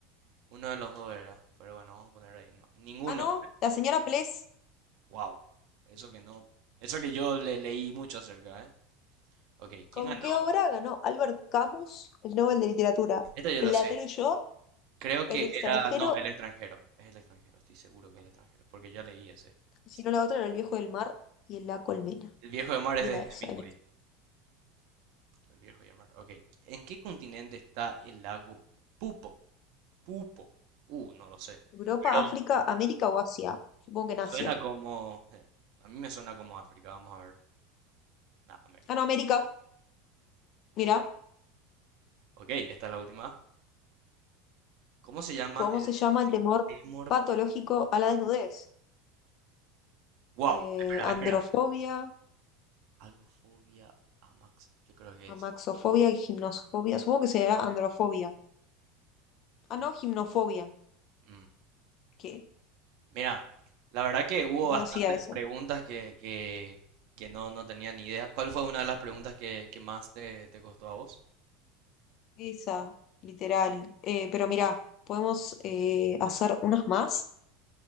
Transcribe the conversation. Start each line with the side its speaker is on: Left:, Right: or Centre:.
Right: Uno de los dos era. Pero bueno, vamos a poner ahí. No. Ninguno.
Left: Ah, no, la señora Pless.
Right: Wow. Eso que no. Eso que yo le leí mucho acerca, ¿eh? Ok, ¿quién
Left: ¿Con
Right: ganó?
Left: qué obra ganó Albert Camus el Nobel de Literatura?
Right: Esta yo
Left: Platero
Right: la sé.
Left: y yo,
Right: Creo
Left: El
Right: que
Left: extranjero,
Right: era. No, el extranjero. Es el extranjero, estoy seguro que es el extranjero. Porque ya leí ese.
Left: y si
Right: Sí.
Left: no la otra era El viejo del mar y en La colmena.
Right: El viejo de mar
Left: Y
Right: es de
Left: era esa,
Right: Hemingway.
Left: el-
Right: El viejo de mar. Ok. ¿En qué continente está el lago Pupo? Pupo. Uh, no lo sé.
Left: Europa,
Right: Pero
Left: África, América o Asia. Supongo que en Asia.
Right: suena como. eh, A mí me suena como África. Vamos a ver. Nah, América.
Left: Ah, no, América. Mira,
Right: Ok, esta es la última. ¿Cómo se llama
Left: ¿cómo
Right: el
Left: se llama el temor
Right: Timor?
Left: patológico a la desnudez?
Right: Wow.
Left: Eh,
Right: Espera, espera.
Left: androfobia,
Right: Algo fobia a Max. Yo creo que
Left: amaxofobia
Right: es.
Left: y gimnosofobia. Supongo que será androfobia. Ah,
Right: Y-
Left: no, gimnofobia.
Right: mm,
Left: ¿Qué?
Right: Mira, la verdad que hubo
Left: no
Right: bastantes
Left: conocía eso.
Right: preguntas que, que, que no, no tenía ni idea. ¿Cuál fue una de las preguntas que, que más te, te costó a vos?
Left: Esa, literal. Eh, pero mirá, podemos eh, hacer unas más